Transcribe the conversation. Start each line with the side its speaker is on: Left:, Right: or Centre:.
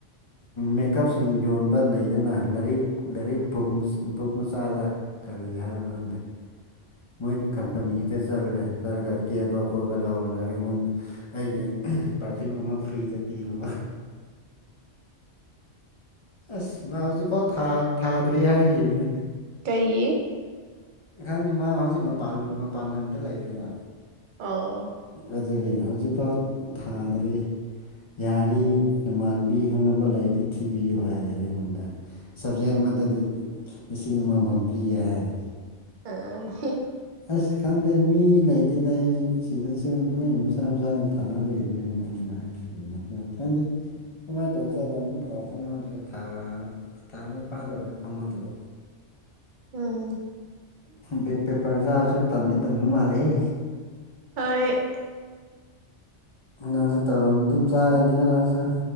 Left: ꯃꯦꯀꯞꯁꯤꯡ ꯌꯣꯟꯕ ꯂꯩꯗꯅ ꯂꯥꯏꯔꯤꯛ ꯂꯥꯏꯔꯤꯛ ꯕꯨꯛ ꯕꯨꯛ ꯃꯆꯥꯗ ꯀꯔꯤ ꯍꯥꯏꯕ꯭ꯔꯣ ꯈꯪꯗꯦ ꯃꯣꯏ ꯀꯝꯄꯅꯤꯒꯤꯗ ꯆꯠꯂꯦ ꯆꯠꯂꯒ ꯀꯦꯕ ꯈꯣꯠꯄ ꯂꯧꯔꯒ ꯑꯩꯉꯣꯟ ꯑꯩꯒꯤ ꯄꯥꯔꯐ꯭ꯌꯨꯝ ꯑꯃ ꯐ꯭ꯔꯤꯗ ꯄꯤꯕ ꯑꯁ ꯃꯥ ꯍꯧꯖꯤꯛꯐꯥꯎ ꯊꯥ ꯊꯥꯗ꯭ꯔꯤ ꯍꯥꯏꯈꯤꯕꯅꯤ
Right: <unintelligible>
Left: ꯏ ꯃꯥ ꯍꯧꯖꯤꯛ ꯃꯄꯥꯟ ꯃꯄꯥꯟ ꯂꯝꯗ ꯂꯩꯔꯤꯕꯔꯤꯕ
Right: ꯑ
Left: ꯑꯗꯨꯗꯒꯤ ꯍꯧꯖꯤꯛꯐꯥꯎ ꯊꯥꯗ꯭ꯔꯤ ꯌꯥꯔꯤ ꯅꯃꯥꯟꯅꯕꯤ ꯈꯪꯅꯕ ꯂꯩꯥꯏꯔꯤꯛꯇ ꯊꯤꯕꯤꯌꯨ ꯍꯥꯏꯔꯦ ꯑꯩꯉꯣꯟꯗ ꯁꯕꯖꯦꯛ ꯑꯃꯗ ꯂꯤꯁꯤꯡ ꯑꯃꯃꯝ ꯄꯤꯒꯦ ꯍꯥꯏ
Right: ꯑ
Left: ꯑꯁ ꯈꯪꯗꯦ ꯃꯤ ꯂꯩꯇꯦꯗ ꯑꯩ ꯁꯤꯗꯁꯨ ꯂꯣꯏ ꯃꯁꯥ ꯃꯁꯥꯒ ꯊꯥꯅꯔꯤꯕꯅꯤꯅ ꯈꯅꯥꯏ ꯈꯥꯟꯗꯦ ꯀꯃꯥꯏꯅ ꯇꯧꯖꯔ ꯑꯃꯨꯛ ꯄꯥꯎ ꯐꯥꯎꯅꯗ꯭ꯔꯦ ꯊꯥ ꯊꯥ ꯑꯃ ꯐꯥꯗꯧꯔꯦ ꯐꯥꯎꯅꯗꯕ
Right: ꯎꯝ
Left: ꯕꯦꯞ ꯄꯦꯄꯔ ꯆꯥꯔꯁꯨ ꯇꯟꯗꯤ ꯇꯟꯕ ꯃꯥꯂꯦꯍꯦ
Right: ꯍꯣꯏ
Left: ꯅꯥꯡꯁꯦ ꯇꯔꯝ ꯑꯗꯨꯝ ꯆꯥꯏꯅꯤꯒ ꯅꯪꯁꯨ